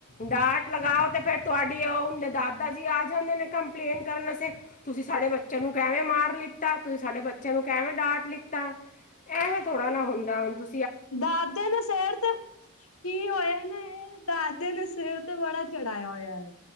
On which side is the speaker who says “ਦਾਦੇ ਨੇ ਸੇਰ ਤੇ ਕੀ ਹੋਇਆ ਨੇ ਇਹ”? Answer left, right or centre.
Left